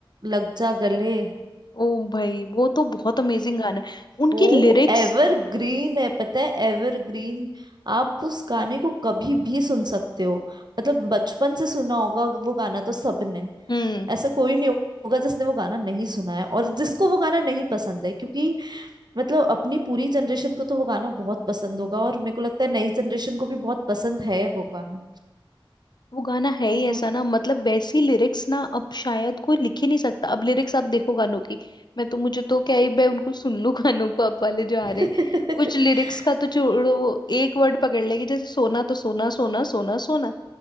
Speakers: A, on the right (about 50°); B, on the left (about 50°).
A: लग जा गले
B: ओ भाई वो तो बहुत अमेजिंग गाना है उनकी
A: वो
B: लिरिक्स
A: एवरग्रीन है पता है एवरग्रीन आप उस गाने को कभी भी सुन सकते हो मतलब बचपन से सुना होगा वो गाना तो सबने
B: हम्म
A: ऐसा कोई नहीं होगा जिसने वो गाना नहीं सुना है और जिसको वो गाना नहीं पसंद है क्योंकि मतलब अपनी पूरी जनरेशन को तो वो गाना बहुत पसंद होगा और मेरे को लगता है नई जनरेशन को भी बहुत पसंद है वो गाना
B: वो गाना है ही ऐसा
A: वो-
B: ना मतलब वैसी लिरिक्स ना अब शायद कोई लिख ही नहीं सकता अब लिरिक्स आप देखो गानों की मैं तो मुझे तो क्या ही मैं उनको सुन लूं <laughs> गानों को अब वाले जो आ
A: <laughs>
B: रहे हैं। कुछ लिरिक्स का तो छोड़ो वो एक वर्ड पकड़ लेगी जैसे सोना तो सोना सोना सोना सोना